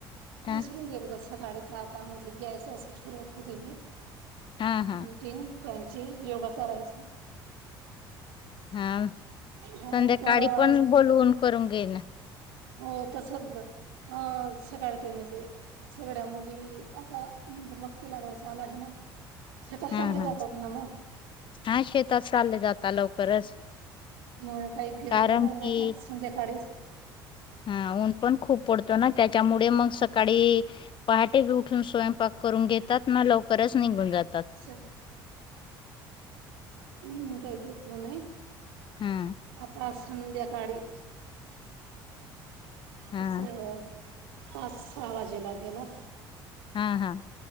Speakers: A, on the left; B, on the right.
A: हा
B: विसरून गेली ग सकाळी तर आता म्हणजे घ्यायचं असं ठरवत होते मी...
A: हा हा
B: मीटिंग त्यांची योगा करायच.
A: हा
B: हो
A: संध्याकाळी पण बोलवून करून घेईना....
B: हो तसच ग अ सकाळ ते म्हणजे सगळ्या मुली आता... मग मक्की लागवडसा आला आहे ना. शेतात
A: हम्
B: चालले
A: हम
B: जातात ना मग.
A: हा शेतात चालले जातात लवकरच
B: म काही घेतलं
A: कारण
B: नाही
A: की
B: आता संध्याकाळीच
A: हा ऊन पण खूप पडतो ना त्याच्यामुळे मग सकाळी पहाटे उठून स्वयंपाक करून घेतात ना लवकरच निघून जातात.
B: स हं. येन काही घेतलं नाही
A: हा
B: आता संध्याकाळी
A: हा
B: असं पाच सहा वाजेला घेणार....
A: हा हा